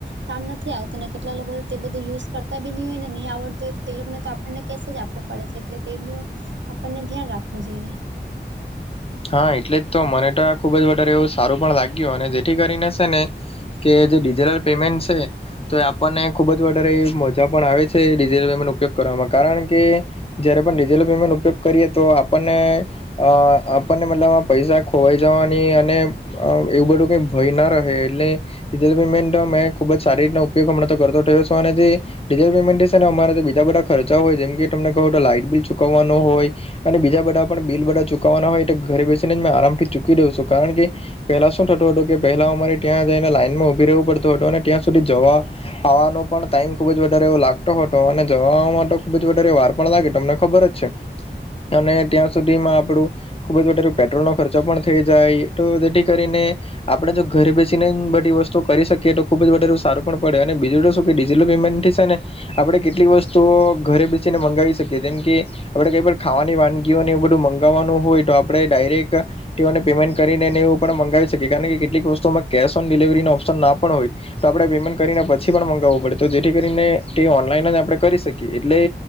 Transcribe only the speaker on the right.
કામ નથી આવતું ને કેટલા લોકો તે બધું યુઝ કરતા બી નહી હોય ને નહીં આવડતું હોય તે લોકોને તો આપણને કેસે જ આપ આપુ પડે છે એટલે તેનું આપણને ધ્યાન રાખવું જોઈએ.